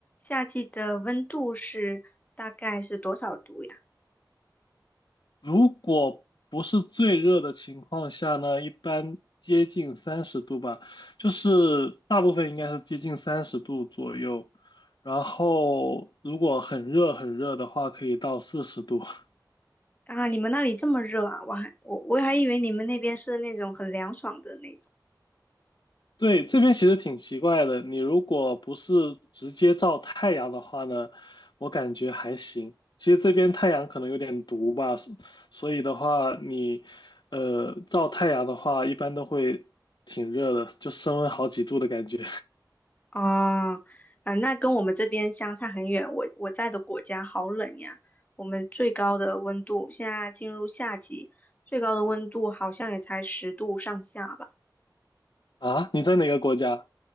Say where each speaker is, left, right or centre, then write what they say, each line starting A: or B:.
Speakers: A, on the left; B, on the left.
A: 夏季的温度是大概是多少度呀？
B: 如果不是最热的情况下呢，一般接近三十度吧，就是大部分应该是接近三十度左右。然后如果很热很热的话，可以到四十度。<laughs>
A: 啊，你们那里这么热啊？我还我我还以为你们那边是那种很凉爽的那种。
B: 对，这边其实挺奇怪的。你如果不是直接照太阳的话呢，我感觉还行。其实这边太阳可能有点毒吧，所所以的话，你呃照太阳的话，一般都会挺热的，就升温好几度的感觉。
A: 哦，啊，那跟我们这边相差很远。我我在的国家好冷呀，我们最高的温度现在进入夏季，最高的温度好像也才十度上下吧。
B: <laughs> 啊，你在哪个国家？